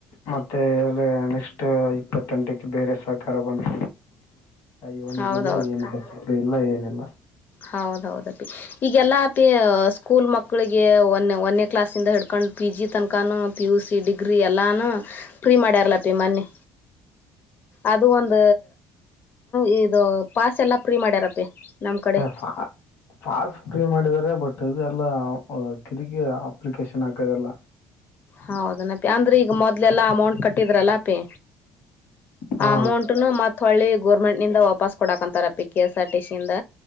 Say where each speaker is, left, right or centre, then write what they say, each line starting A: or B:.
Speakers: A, on the left; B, on the left.
A: ಮತ್ತೆ ಅ್ರ ನೆಕ್ಸ್ಟ್ ಇಪ್ಪತ್ತೆಂಟಕ್ಕೆ ಬೇರೆ ಸರ್ಕಾರ ಬಂದ. ಯುವನಿಧೀ
B: ಹೌದೌದು
A: ಇಲ್ಲ ಏನಿಲ್ಲ <inaudible> <unintelligible>
B: ಹೌದೌದಪಿ ಈಗೆಲ್ಲ ಸ್ಕೂಲ್ ಮಕ್ಳಿಗೆ ಒನ್ ಒನೇ ಕ್ಲಾಸ್ಂದ ಹಿಡ್ಕೊಂಡ್ ಪಿ ಜಿ ತನ್ಕಾನು ಪಿ ಯು ಸಿ ಡಿಗ್ರಿ. ಎಲ್ಲಾನು ಫ್ರೀ ಮಾಡ್ಯಾರ್ಲಪ್ಪಿ ಮನ್ನಿ.
A: ಹ
B: ಅದು ಒಂದ ಇದು ಪಾಸ್ ಎಲ್ಲಾ ಫ್ರೀ ಮಾಡ್ಯಾರಪ್ಪಿ. ನಮ್ ಕಡೆ
A: ಹ ಫಾ ಫಾಸ್ಟ್ ಪ್ರೀ ಮಾಡ ಬಟ್ ಇದೆಲ್ಲ ಕಿರಿಕಿ ಅಪ್ಲಿಕೇಶನ್ ಹಾಕದೆಲ್ಲ
B: ಹೌದನ ಪೆ ಅಂದ್ರೆ ಈಗ ಮೊದ್ಲೆಲ್ಲ ಅಮೌಂಟ್ ಕಟ್ಟಿದ್ರಲ್ಲ ಪೇ
A: ಹಾ
B: ಅಮೌಂಟ್ನು ಮತ್ ಹೊಳ್ಳಿ ಗೋರ್ಮೆಂಟ್ ನಿಂದ ವಾಪಾಸ್ ಕೊಡಾಕ್ಂತಾರ P K S R TC ಇಂದ